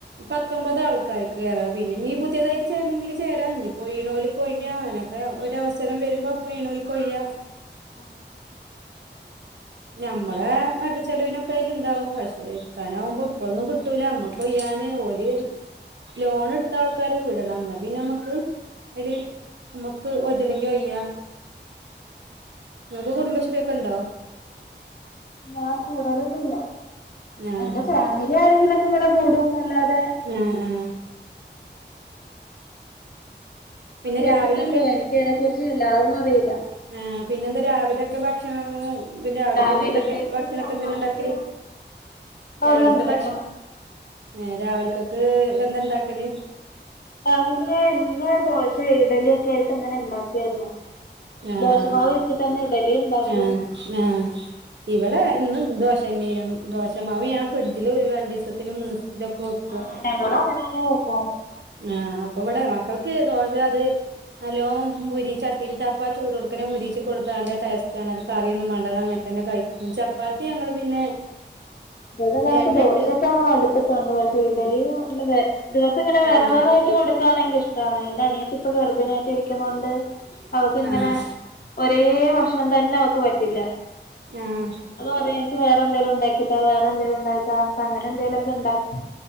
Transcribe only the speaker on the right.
പത്തൊമ്പത് ആൾക്കാര്ക്ക് കേറാ പിന്നെനി പുതിയതായിട്ട് ചേരണെങ്കിൽ ചേരാ ഇനിപ്പോ ഒഴ്ന്നോൽക്ക് ഒഴ്യാം അയ്നൊക്കെ ഒരവസരം വരുമ്പോ അപ്പൊ ഒഴിന്നോൽക്ക് ഒഴിയാം
ഞമ്മളെ വട്ട ചെലവിനൊക്കേയ്ലണ്ടാവും പക്ഷെ എടുക്കാനാവുമ്പോ ഇപ്പൊന്നും കിട്ടൂല നമ്മ ഒയാന് ഓല് ലോണെടുത്താൾക്കാര് വിടണം എന്ന പിന്നെ നമ്മക്ക് അയ്ല് നമുക്ക് ഒ യണങ്കി ഒയ്യ ങ്ങക്ക് കുടുംബശ്രീ ഒക്കെണ്ടോ
ആഹ്
ആഹ് ആഹ് പിന്നെ
രാവിലൊക്കെ
ആഹ് പിന്നെന്താ രാവിലെയൊക്കെ ഭക്ഷണം പിന്നെ രാവിലത്തെ
ഫുഡൊക്കെ ഭക്ഷണൊക്കെന്തെല്ലാ
ഉണ്ടാക്കല്
രാവിലത്തെ
ഭക്ഷ ഏ രാവിൽക്കക്ക് എന്താണ്ടാക്കല്
ആഹ്
ആഹ് ആഹ് ഇവിടെ ന്നും ദോശ തന്നേനും ദോശമാവ് ഞാൻ ഫ്രിഡ്ജില് രണ്ടിസത്തിനും മൂന്നിസത്തിനും ഒക്കെ വ
ആ അപ്പൊവിടെ മക്കൾക്ക് ദോശാത് നല്ലോം മൊരി ചട്ടിലിട്ട ഇപ്പൊ ആ ചൂടോടുതനെ മൊരിയിച്ച് കൊടുത്താ നല്ല ടേസ്റ്റാണ് അത് കറിയൊന്നും വേണ്ട അതങ്ങൻതന്നെ കഴിക്കും ചപ്പാത്തി ഞങ്ങൾ പിന്നെ
എണ്ണ
ഇട്ട്
ആഹ്
ആഹ്
ആഹ്